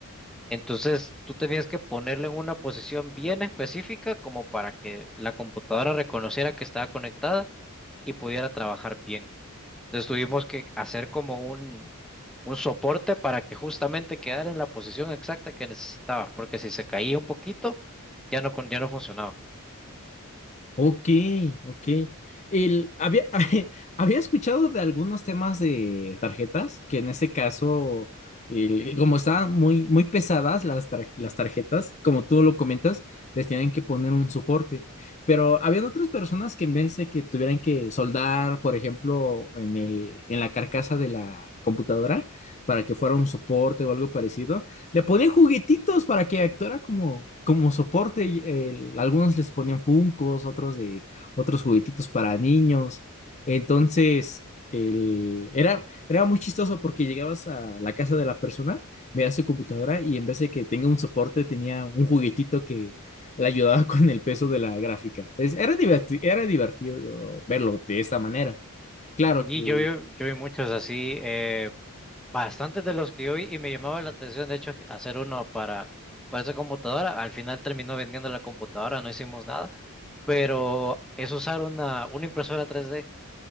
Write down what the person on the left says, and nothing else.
Ok, ok. El, había, <laughs> había escuchado de algunos temas de tarjetas, que en ese caso, el- como estaban muy, muy pesadas las, tar- las tarjetas, como tú lo comentas, les tienen que poner un soporte. Pero habían otras personas que en vez de que tuvieran que soldar, por ejemplo, en el, en la carcasa de la computadora, para que fuera un soporte o algo parecido, le ponían juguetitos para que actuara como, como soporte. y, eh, algunos les ponían funcos, otros de otros juguetitos para niños. Entonces, el, era, era muy chistoso porque llegabas a la casa de la persona, veías su computadora y en vez de que tenga un soporte, tenía un juguetito que le ayudaba con el peso de la gráfica. Es- era diverti- era divertido verlo de esta manera. Claro
que,